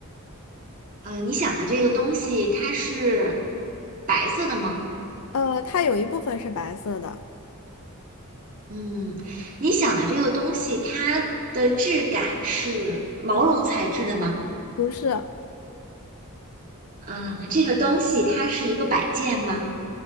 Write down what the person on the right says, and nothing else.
呃，你想的这个东西，它是白色的吗？
嗯，你想的这个东西，它的质感是毛绒材质的吗？
嗯，这个东西它是一个摆件吗？